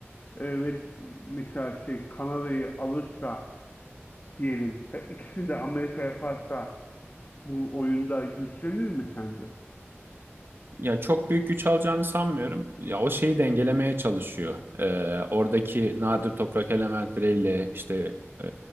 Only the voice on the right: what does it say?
Ya çok büyük güç alacağını sanmıyorum. Ya o şeyi dengelemeye çalışıyor. Ee, oradaki nadir toprak elementleriyle işte e,